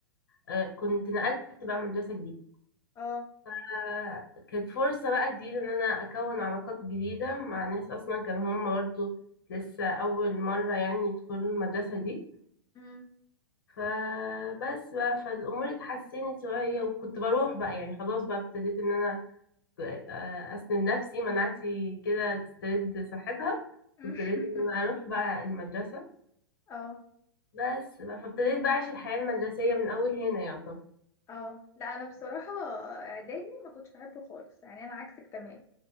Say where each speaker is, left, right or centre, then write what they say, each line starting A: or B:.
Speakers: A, on the left; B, on the left.
A: آه، كنت نقلت بقى مدرسه جديده
B: اه
A: آه، كانت فرصه بقى جديده ان انا اكون علاقات جديده مع ناس اصلا كان هم برضه لسه اول مره يعني يدخلوا المدرسه دي
B: امم
A: فبس بقى فالامور اتحسنت شويه وكنت بروح بقى يعني خلاص بقى ابتديت ان انا آه، اسند نفسي مناعتي كده تسترد صحتها
B: <laughs>
A: وابتديت ان انا اروح بقى المدرسه
B: اه
A: بس بقى فابتديت بقى اعيش الحياه المدرسيه من اول هنا يعتبر
B: اه لا انا بصراحه اعدادي ما كنتش بحبه خالص يعني انا عكسك تمام